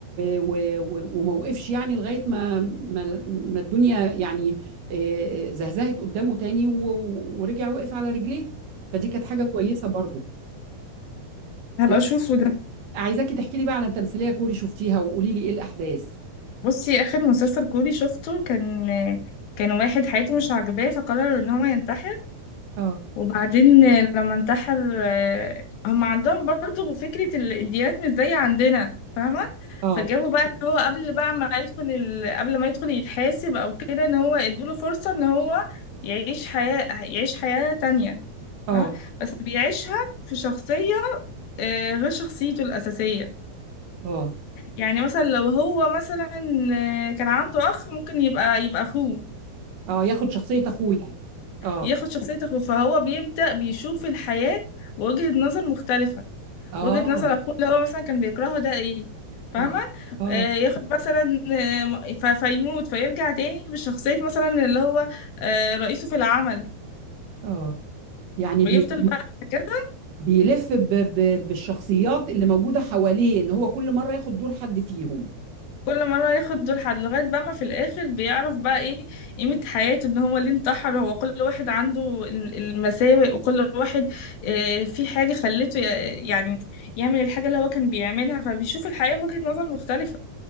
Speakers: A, on the right (about 60°); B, on the left (about 70°).
A: و... و- وموقفش يعني لغايه ما ما, ما الدنيا يعني آه، زهزهت قدامه تاني و... و- ورجع وقف على رجليه فدي كانت حاجه كويسه برضو
B: هبقى
A: لا،
B: اشوفه ده
A: عايزاكي تحكي لي بقى على تمثيليه كوري شفتيها وقولي لي ايه الاحداث
B: بصي اخر مسلسل كوري شفته كان كان واحد حياته مش عاجباه فقرر ان هو ينتحر
A: اه
B: وبعدين آه، لما انتحر آه، هم عندهم برضو فكرة ال- الديانات مش زي عندنا فاهمة
A: اه
B: فجابوا بقى ان هو قبل بقى ما يدخل ال... قبل ما يدخل يتحاسب او كده ان هو ادوله فرصة ان هو يعيش حياة يعيش حياة تانية
A: اه
B: فاهمة بس بيعيشها في شخصية آه، غير شخصيته الأساسية
A: اه
B: يعني مثلا لو هو مثلا آه، كان عنده أخ ممكن يبقى يبقى أخوه
A: اه ياخد شخصية اخوه يعني اه
B: ياخد شخصية أخوه فهو بيبدأ بيشوف الحياة وجهة نظر مختلفة
A: اه
B: وجهة نظر اخوه اللي هو مثلا كان بيكرهه ده ايه فاهمة
A: اه اه
B: آه ياخد مثلا آه م- ف- فيموت فيرجع تاني بشخصية مثلا اللي هو آه رئيسه في العمل
A: اه يعني
B: ويفضل
A: بي
B: بقى كده
A: بيلف ب ب بالشخصيات اللي موجودة حواليه ان هو كل مرة ياخد دور حد فيهم
B: كل مرة ياخد دور حد لغاية بقى ما في الآخر بيعرف بقى ايه قيمة حياته ان هو ليه انتحر هو كل واحد عنده ال- المساوئ وكل واحد آه في حاجة خلته ي- يعني يعمل الحاجة اللي هو كان بيعملها فبيشوف الحياة بوجهة نظر مختلفة